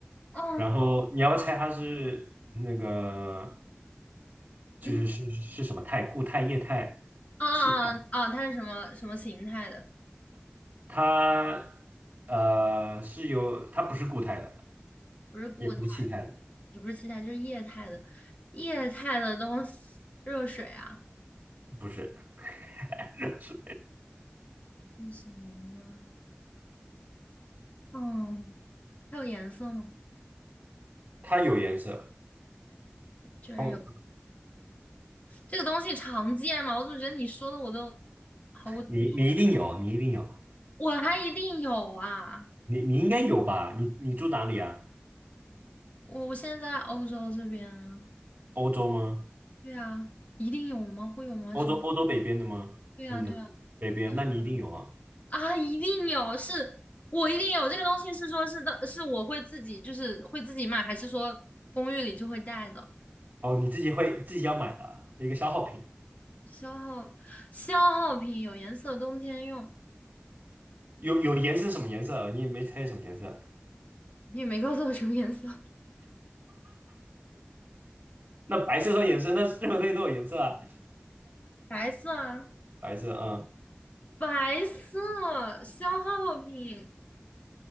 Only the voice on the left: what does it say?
哎
嗯，
啊啊啊！
它是什么什么形态的？
不是固态的，
也不是气态，就是液态的。液态的东西，热水啊。
是什么呢？嗯，它有颜色吗？
居然有
这个东西常见吗？我怎么觉得你说的我都毫无头绪？
我还一定有啊！
我我现在在欧洲这边啊
对啊，一定有吗？会有吗？
什么？对呀，
对呀，
对呀，
啊，一定有，是我一定有这个东西，是说是的，是我会自己就是会自己买，还是说公寓里就会带的？
消耗消耗品，有颜色，冬天用。
你也没告诉我什么颜色，
<laughs> 白色啊，
白色消耗品，